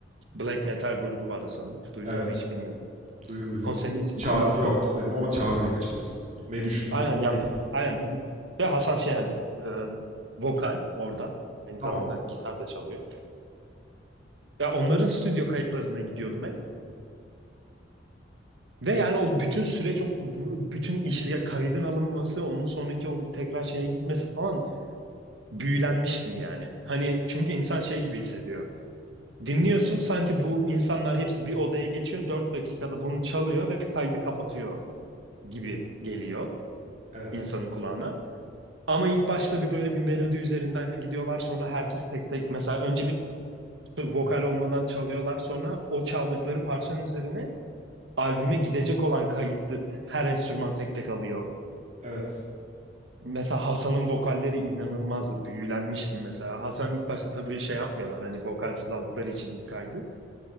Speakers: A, on the right; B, on the right.
A: Black metal grubu var Hasan'ın. Duydun
B: Evet.
A: mu hiç bilmiyorum.
B: Duydum duydum.
A: Konserine hiç
B: Çağır
A: gittin mi?
B: yok gitmedim ama çağırdı birkaç kez. Gitmeyi düşündüm
A: Aynen
B: ama
A: ya
B: gitmedim.
A: bu, aynen bu- ve Hasan şey hani e, vokal orada. Aynı
B: Tamam.
A: zamanda gitar da çalıyor. Ya onların stüdyo kayıtlarına gidiyordum hep. Ve yani o bütün süreç, o bu- bütün iş, ya kaydın alınması, onun sonraki o tekrar şeye gitmesi falan büyülenmiştim yani. Hani çünkü insan şey gibi hissediyor. Dinliyorsun sanki bu insanlar hepsi bir odaya geçiyor, 4 dakikada bunu çalıyor ve kaydı kapatıyor gibi geliyor
B: Evet.
A: insanın kulağına. Ama ilk başta bir böyle bir melodi üzerinden gidiyorlar, sonra herkes tek tek mesela önce bir vokal olmadan çalıyorlar, sonra o çaldıkları parçanın üzerine albüme gidecek olan kayıttı her enstrüman tek tek alıyor.
B: Evet.
A: Mesela Hasan'ın vokalleri inanılmazdı. Büyülenmiştim mesela. Hasan ilk başta tabii şey yapmıyorlar hani vokalsiz aldıkları için ilk kaydı.